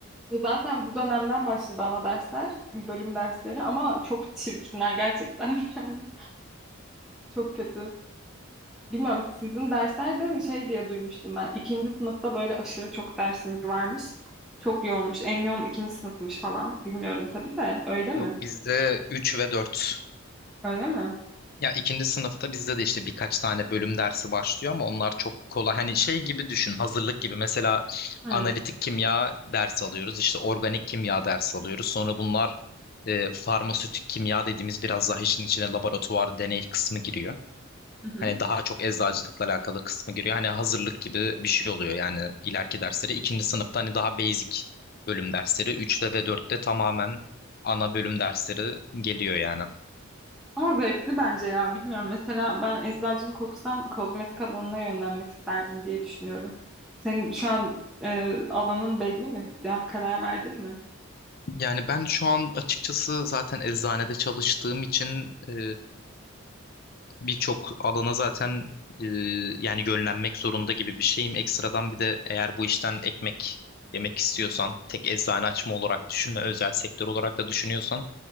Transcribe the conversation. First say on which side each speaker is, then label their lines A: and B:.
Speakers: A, in the centre; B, on the left.
A: Zaten bu dönemden başladı ana dersler, bölüm dersleri ama çok çirkinler gerçekten <laughs> yani. Çok kötü. Bilmiyorum sizin dersler de şey diye duymuştum ben. İkinci sınıfta böyle aşırı çok dersiniz varmış. Çok yoğunmuş. En yoğun ikinci sınıfmış falan. Bilmiyorum tabii de. Öyle mi?
B: Yok bizde 3 ve 4.
A: Öyle mi?
B: Ya ikinci sınıfta bizde de işte birkaç tane bölüm dersi başlıyor ama onlar çok kolay. Hani şey gibi düşün, hazırlık gibi. Mesela
A: Hı.
B: analitik kimya dersi alıyoruz, işte organik kimya dersi alıyoruz. Sonra bunlar e, farmasötik kimya dediğimiz biraz daha işin içine laboratuvar deney kısmı giriyor.
A: Hı hı.
B: Hani daha çok eczacılıkla alakalı kısmı giriyor. Hani hazırlık gibi bir şey oluyor yani ileriki dersleri. İkinci sınıfta hani daha basic bölüm dersleri. Üçte ve dörtte tamamen ana bölüm dersleri geliyor yani.
A: Ama zevkli bence ya. Bilmiyorum. Mesela ben eczacılık okusam kozmetik alanına yönlenmek isterdim diye düşünüyorum. Senin şu an e, alanın belli mi? Ya, karar verdin mi?
B: Yani ben şu an açıkçası zaten eczanede çalıştığım için e, birçok alana zaten e, yani yönlenmek zorunda gibi bir şeyim. Ekstradan bir de eğer bu işten ekmek yemek istiyorsan, tek eczane açma olarak düşünme, özel sektör olarak da düşünüyorsan